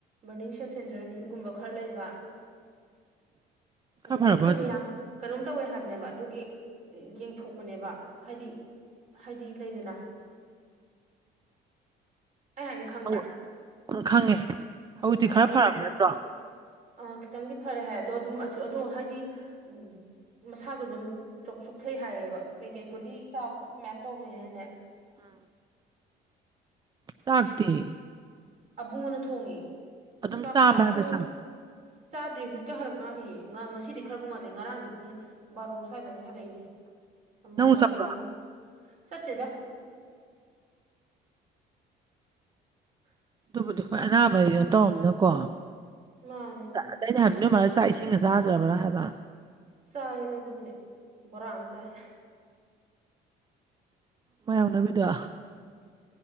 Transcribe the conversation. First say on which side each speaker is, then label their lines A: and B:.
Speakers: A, on the right; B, on the right.
A: ꯕꯔꯅꯤꯡ ꯁꯦꯟꯁꯦꯟꯖꯔꯟꯒꯨꯝꯕ ꯈꯔ ꯂꯩꯕ
B: ꯈꯔ
A: ꯑꯗꯒꯤ
B: ꯐꯔꯕ
A: ꯈꯪꯗꯦ
B: ꯍꯧꯖꯤꯛ
A: ꯌꯥꯝ ꯀꯩꯅꯣꯝ ꯇꯧꯋꯦ ꯍꯥꯏꯕꯅꯦꯕ ꯑꯗꯨꯒꯤ ꯌꯦꯡꯊꯣꯛꯄꯅꯦꯕ ꯍꯥꯏꯗꯤ ꯍꯥꯏꯗꯤ ꯂꯩꯗꯅ ꯑꯩ ꯍꯥꯏꯁꯦ ꯈꯪꯕ꯭ꯔꯥ
B: ꯍ ꯎꯝ ꯈꯪꯉꯦ ꯍꯧꯖꯤꯛꯇꯤ
A: ꯑ
B: ꯈꯔ
A: ꯑꯗꯨꯒꯤ
B: ꯐꯔꯕ ꯅꯠꯇ꯭ꯔꯣ
A: ꯑ ꯈꯤꯇꯪꯗꯤ ꯐꯔꯦ ꯍꯥꯏ ꯑꯗꯣ ꯑꯗꯨꯝ ꯑꯗꯣ ꯍꯥꯏꯗꯤ ꯎꯝ ꯃꯁꯥꯗꯣ ꯑꯗꯨꯝ ꯁꯣꯛꯊꯩ ꯍꯥꯏꯌꯦꯕ ꯀꯩ ꯀꯩ ꯒꯨꯂꯤ ꯆꯥꯕ ꯈꯣꯠꯄ ꯃꯌꯥꯝ ꯇꯧꯕꯅꯤꯅꯅꯦ
B: ꯎꯝ ꯁꯥꯇꯤ
A: ꯑꯕꯨꯡꯉꯅ ꯊꯣꯡꯉꯤ
B: ꯑꯗꯨꯝ
A: ꯆꯥꯛ
B: ꯆꯥꯕ꯭ꯔꯥ
A: ꯆ ꯑꯕꯨꯡꯉꯅ
B: ꯍꯥꯏꯕ ꯆꯥꯡ
A: ꯆꯥꯗ꯭ꯔꯤ ꯍꯧꯖꯤꯛꯇꯣ ꯍꯜꯂꯛꯇꯉꯥꯟꯗꯤ ꯉꯁꯤꯗꯤ ꯈꯔꯕꯨ ꯉꯜꯂꯤꯦ ꯉꯔꯥꯡꯗꯤ ꯄꯨꯡ ꯕꯥꯔꯣ ꯁ꯭ꯋꯥꯏꯗꯅꯦ ꯍꯜꯂꯛꯏꯁꯦ ꯑꯃ
B: ꯅꯪꯕꯨ
A: ꯕꯥꯔꯣ
B: ꯆꯠꯄ꯭ꯔꯣ
A: ꯑꯃ ꯆꯠꯇꯦꯗ <inaudible>
B: ꯑꯗꯨꯕꯨꯗꯤ ꯑꯩꯈꯣꯏ ꯑꯅꯥꯕ ꯍꯩꯅ ꯇꯧꯔꯝꯅꯀꯣ
A: ꯃꯥꯅꯦ
B: ꯑꯗ ꯑꯩꯅ ꯍꯥꯏꯕꯗꯨ ꯃꯥꯂꯦ ꯆꯥꯛ ꯏꯁꯤꯡꯒ ꯆꯥꯗ꯭ꯔꯕ꯭ꯔꯥ ꯍꯥꯏꯕ
A: ꯆꯥꯏꯗ ꯑꯗꯨꯕꯨꯗꯤ ꯕꯣꯔꯥ ꯑꯃ ꯆꯥꯏ
B: ꯃꯌꯥꯝꯅꯕꯤꯗ